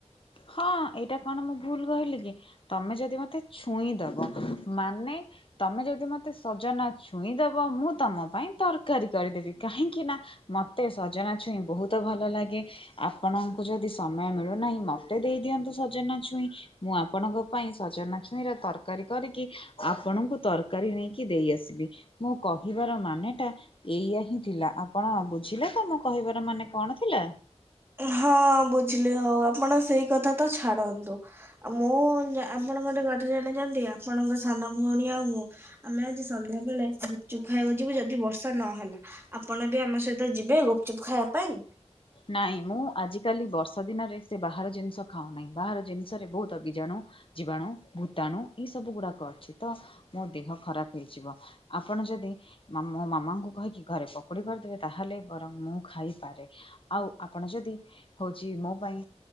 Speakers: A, on the left; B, on the right.
A: ହଁ ଏଇଟା କଣ ମୁଁ ଭୁଲ କହିଲି କି। ତମେ ଯଦି ମତେ ଛୁଇଁଦବ ମାନେ ତମେ ଯଦି ମତେ ସଜନା ଛୁଇଁ ଦେବ ମୁଁ ତୁମ ପାଇଁ ତର କାରି କରିଦେବି କାହିଁକିନା ମୋତେ ସଜନା ଛୁଇଁ ବହୁତ ଭଲ ଲାଗେ। ଆପଣ ଯଦି ସମୟ ମିଳୁନାହିଁ ମତେ ଦେଇ ଦିଅନ୍ତୁ ସଜନା ଛୁଇଁ ମୁଁ ଆପଣଙ୍କ ପାଇଁ ସଜନା ଛୁଇଁର ତରକା କାରୀ କରିକି ଆପଣଙ୍କୁ ତରକାରୀ ନେଇକି ଦେଇ ଆସିବି। ମୁଁ କହିବାର ମାନେଟା ଏଇଆ ହିଁ ଥିଲା। ଆପଣ ବୁଝିଲେ ତ ମୋ କହିବାର ମାନେ କଣ ଥିଲା?
B: ହଁ ବୁଝିଲି ହଉ ଆପଣ ସେଇ କଥା ତ ଛାଡ଼ନ୍ତୁ। ଆଉ ମୁଁ ଆପଣ ଗୋଟେ କଥା ଜାଣିଛନ୍ତି ଆପଣଙ୍କ ସାନ ଭଉଣୀ ଆଉ ମୁଁ ଆମେ ଆଜି ସନ୍ଧ୍ୟା ବେଳେ ଗୁପଚୁପ ଖାଇବାକୁ ଯିବୁ ଯଦି ବର୍ଷା ନହେଲା। ଆପଣ ବି ଆମ ସହିତ ଯିବେ ଗୁପଚୁପ ଖାଇବା ପାଇଁ?
A: ନାଇଁ ମୁଁ ଆଜିକାଲି ବର୍ଷା ଦିନରେ ସେ ବାହାର ଜିନିଷ ଖାଉ ନାହିଁ। ବାହାର ଜିନିଷରେ ବହୁତ ବିଜାଣୁ। ଜୀବାଣୁ, ଭୂତାଣୁ ଏଇ ସବୁ ଗୁଡାକ ଅଛି ତ ମୋ ଦେହ ଖରାପ ହେଇଯିବ। ଆପଣ ଯଦି ମୋ ମାମାଙ୍କୁ କହିକି ଘରେ ପକୋଡ଼ି କରିଦେବେ ତାହେଲେ ବରଂ ମୁଁ ଖାଇ ଆଉ ଆପଣ ଯଦି ହଉଛି ମୋ ପାଇଁ